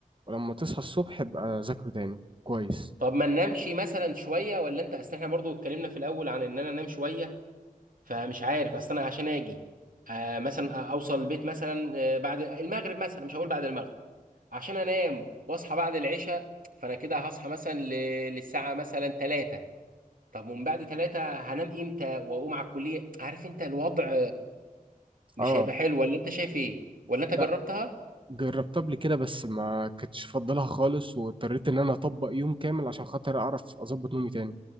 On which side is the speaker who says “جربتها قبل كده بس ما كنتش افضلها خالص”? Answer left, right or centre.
Right